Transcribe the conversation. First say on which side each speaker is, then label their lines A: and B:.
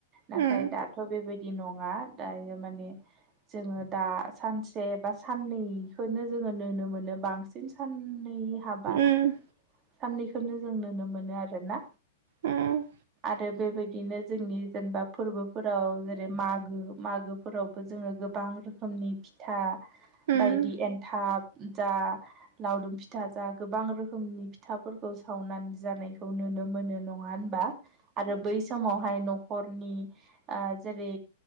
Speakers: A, on the right; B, on the right.
A: नाथाय
B: उम
A: दाथ बेबायदि नङा दायो माने जोङो दा सानसे बा साननैखौनो जोङो नुनो मोनो बांसिन सान साननै हाबा
B: ओं
A: साननैखौनो जों नुनो मोनो आरोना
B: ओं
A: आरो बेबायदिनो जोंनि जेनेबा फोरबोफोराव जेरै मागो मागोफोरावबो जोङो गोबां गोबां रोखोमनि फिथा
B: ओं
A: बायदि एन्थाब जा लावदुम फिथा जा गोबां रोखोमनि फिथाफोरखौ सावनानै जानायखौ नुनो मोनो नङा होनबा आरो बै समावहाय नखर हरनि जेरै